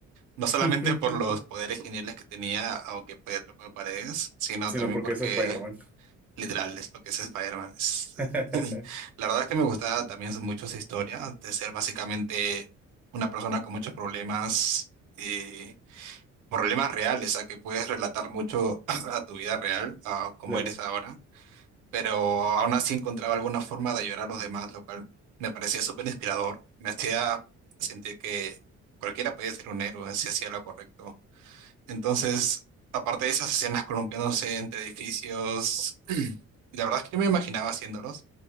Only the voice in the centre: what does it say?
<laughs>
Sino
porque
es Spider-Man.
<laughs>
Claro.